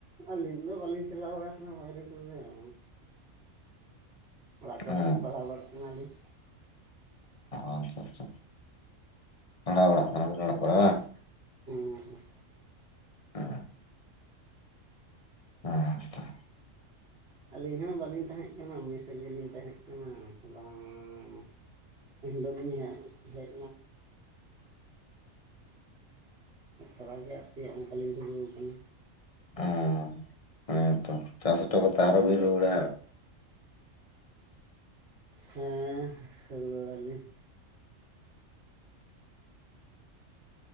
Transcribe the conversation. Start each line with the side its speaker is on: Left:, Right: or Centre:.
Right: ᱟᱹᱞᱤᱧ ᱫᱚ ᱵᱟᱹᱞᱤᱧ ᱪᱟᱞᱟᱣ ᱵᱟᱲᱟ ᱟᱠᱟᱱᱟ, ᱵᱟᱭᱨᱮ ᱠᱚᱫᱚ ᱾ ᱚᱲᱟᱜ ᱠᱚᱨᱮ
Left: ᱦᱮᱸ
Right: ᱜᱮ ᱯᱟᱲᱦᱟᱣ ᱵᱟᱲᱟᱜ ᱠᱟᱱᱟᱞᱤᱧ
Left: ᱟᱪᱪᱷᱟ ᱟᱪᱪᱷᱟ ᱯᱟᱲᱦᱟᱜ ᱵᱟᱲᱟ ᱠᱟᱱᱟ ᱵᱤᱱ᱾
Right: ᱦᱮᱸ ᱦᱩᱸ
Left: ᱚ ᱟᱪᱪᱷᱟ
Right: ᱟᱹᱞᱤᱧ ᱦᱚᱸ ᱵᱟᱹᱞᱤᱧ ᱛᱟᱦᱮᱸ ᱠᱟᱱᱟ ᱢᱮᱥ ᱨᱮ ᱜᱮᱞᱤᱧ ᱛᱟᱦᱮᱸ ᱠᱟᱱᱟ ᱵᱟᱝ <unintelligible> ᱟᱨ ᱦᱮᱡ ᱛᱟᱨᱟ ᱜᱮ ᱟᱨᱠᱤ ᱚᱱᱠᱟ ᱞᱤᱧ ᱫᱩᱨᱟᱹᱣ ᱟᱠᱟᱱᱟ᱾
Left: ᱟ ᱦᱚᱸᱛᱚ, ᱪᱟᱥ ᱦᱚᱴ ᱠᱟᱛᱮ ᱟᱨᱚ ᱵᱤᱱ ᱨᱩᱣᱟᱹᱲᱼᱟ?
Right: ᱦᱮᱸ ᱨᱩᱣᱟᱹᱲ ᱟᱞᱤᱧ᱾